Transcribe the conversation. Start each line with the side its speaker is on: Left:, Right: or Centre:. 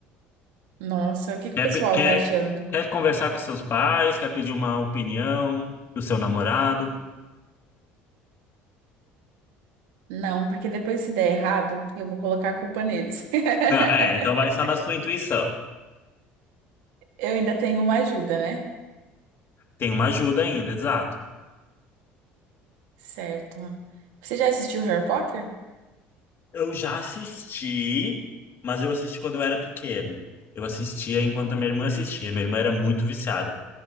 Right: Nossa, o que que
Left: Quer,
Right: o pessoal
Left: pe- quer,
Right: tá achando?
Left: quer conversar com seus pais? Quer pedir uma opinião do seu namorado?
Right: Não, porque depois se der errado, eu vou colocar a culpa neles. <laughs>
Left: Não, é, então vai só na sua intuição.
Right: Eu ainda tenho uma ajuda, né?
Left: Tem uma ajuda ainda, exato.
Right: Certo. Você já assistiu Harry Potter?
Left: Eu já assisti, mas eu assisti quando eu era pequeno. Eu assistia enquanto a minha irmã assistia. Minha irmã era muito viciada.